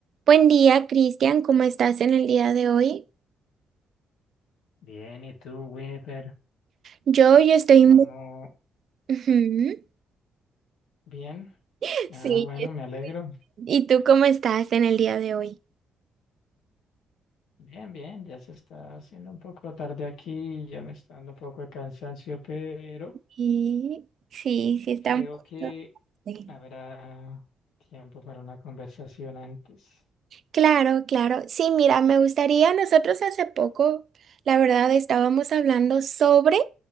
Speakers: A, on the right; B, on the left.
A: Buen día, Cristian. ¿Cómo estás en el día de hoy?
B: Bien, ¿y tú, Winifred?
A: Yo, yo estoy
B: ¿Cómo?
A: muy... Ujú.
B: Bien.
A: <laughs>
B: Ah,
A: Sí.
B: bueno,
A: yo-
B: me alegro.
A: ¿Y tú cómo estás en el día de hoy?
B: Bien, bien, ya se está haciendo un poco tarde aquí, ya me está dando un poco de cansancio, pero
A: Sí, sí, sí, está...
B: creo
A: un poquito-
B: que
A: sí.
B: habrá tiempo para una conversación antes.
A: Claro, claro. Sí, mira, me gustaría, nosotros hace poco, la verdad, estábamos hablando sobre